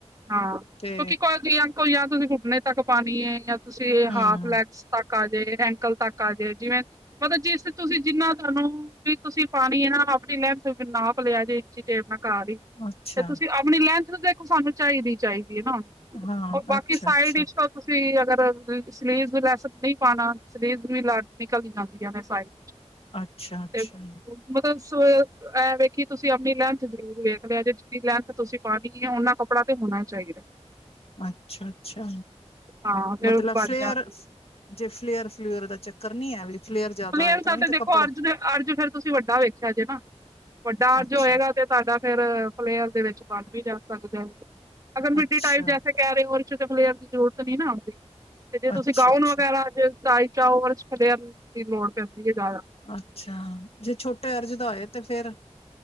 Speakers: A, on the right; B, on the left.
A: ਹਾਂ
B: ਤੇ
A: ਕਿਓਕਿ ਕੋਈ ਜਾਂ ਕੋਈ ਜਾ ਤੁਸੀਂ ਘੁੱਟਣੇ ਤੱਕ ਪਾਨੀ ਏ, ਜਾਂ ਤੁਸੀਂ
B: ਹਮ
A: ਹਾਫ ਲੈਗਸ ਤੱਕ। ਆ ਜੇ ਐਂਕਲ ਤੱਕ ਆ ਜੇ ਜਿਵੇਂ ਮਤਲਬ ਜਿਸ ਤੁਸੀਂ ਜਿੰਨਾ ਤਾਨੂੰ, ਵੀ ਤੁਸੀਂ ਪਾਨੀ ਏ ਨਾ, ਆਪਣੀ ਲੈਨਥ ਤੋਂ ਨਾਪ ਲਿਆ ਜੇ ਇੰਚੀ ਟੇਪ ਨਾਲ ਘਾਰ ਈ,
B: ਅੱਛਾ
A: ਤੇ ਤੁਸੀਂ ਆਪਣੀ ਲੈਂਥ ਦੇਖੋ ਸਾਨੂੰ ਚਾਈਦੀ-ਚਾਈਦੀ ਏ ਨਾ
B: ਹਾਂ
A: ਓ, ਬਾਕੀ
B: ਅੱਛਾ
A: ਸਾਈਡ‌ਿ
B: ਅੱਛਾ
A: ਵਿਚੋ ਤੁਸੀਂ ਅਗਰ ਸਲੀਵਸ ਲੈਸ ਨਈ ਪਾਣਾ, ਸਲੀਵਸ ਦੀ ਲਾਟ ਨਿਕਲ ਜਾਂਦੀਆਂ ਨੇ ਸਾਈਡ
B: ਅੱਛਾ ਅੱਛਾ
A: ਤੇ ਮਤਲਬ ਸ ਐਂ ਵੇਖੀ ਤੁਸੀਂ ਆਪਣੀ ਲੈਂਥ ਜ਼ਰੂਰ ਵੇਖ ਲਿਆ ਜੇ, ਜਿੰਨੀ ਲੈਂਥ ਤੁਸੀਂ ਪਾਨੀ ਐ ਓਨਾਂ ਕੱਪ ਕੱਪੜਾ ਤੇ ਹੋਣਾ ਚਾਈਦਾ।
B: ਅੱਛਾ- ਅੱਛਾ
A: ਹਾਂ ਫੇਰ
B: ਮਤਲਬ
A: ਬਣ
B: ਫਲੇਅਰ
A: ਜਾਂਦੀ
B: ਜੇ ਫਲੇਅਰ-ਫਲੂਅਰ ਦਾ ਚੱਕਰ ਨੀ ਐ ਵੀ ਫਲੇਅਰ ਜ਼ਿਆਦਾ
A: ਫਲੇਅਰ
B: ਹੋਏ ਤਾਂ
A: ਦਾ
B: ਵੀ
A: ਤੇ
B: ਤਾਂ
A: ਦੇਖੋ
B: ਕੱਪੜਾ
A: ਅਰਜ ਦੇ ਅਰਜ ਫੇਰ ਤੁਸੀਂ ਵੱਡਾ ਵੇਖਿਆ ਜੇ ਨਾ, ਵੱਡਾ ਅਰਜ
B: ਅੱਛਾ
A: ਹੋਏਗਾ ਤੇ ਤਾਡਾ ਫੇਰ ਫਲੇਅਰ ਦੇ ਵਿੱਚ ਬਣ ਵੀ ਜਾ ਸਕਦਾ, ਅਗਰ ਮਿੱਡੀ
B: ਅੱਛਾ
A: ਟਾਈਮ ਜੈਸੇ ਕੈਹ ਰਹੇ ਹੋ ਓਚ ਫਲੇਅਰ ਦੀ ਜ਼ਰੂਰਤ ਨੀ ਨਾ ਹੁੰਦੀ, ਤੇ ਜੇ ਤੁਸੀਂ
B: ਅੱਛਾ
A: ਗਾਉਣ
B: ਅੱਛਾ
A: ਵਗੈਰਾ ਚ ਢਾਈ ਚਾਵਰ ਚ ਫਲੇਅਰ ਦੀ ਲੋੜ ਪੈਂਦੀ ਐ ਜ਼ਾਦਾ
B: ਅੱਛਾ ਜੇ ਛੋਟੇ ਅਰਜ ਦਾ ਹੋਏ ਤੇ ਫੇਰ